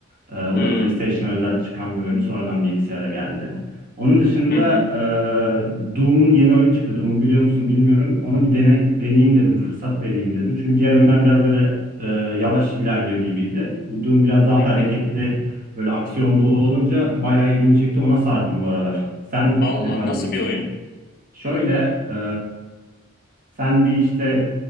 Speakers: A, on the right (about 40°); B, on the left (about 40°).
A: Eee, o
B: Hımm.
A: da PlayStation'a özel çıkan bir oyunu. Sonradan bilgisayara geldi. Onun dışında
B: Hı hı.
A: e, Doom'un yeni oyunu çıktı. Doom biliyor musun bilmiyorum. Ona bir dene, deneyeyim dedim, fırsat vereyim dedim. Çünkü diğer oyunlar biraz böyle e, yavaş ilerliyor gibiydi. Bu Doom biraz daha
B: Hı
A: hareketli,
B: hı.
A: böyle aksiyon dolu olunca bayağı ilgimi çekti. Ona sardım bu aralar. Sen
B: Allah
A: ne tarz
B: nasıl
A: oynuyorsun?
B: bir oyun?
A: Şöyle, e, sen bir işte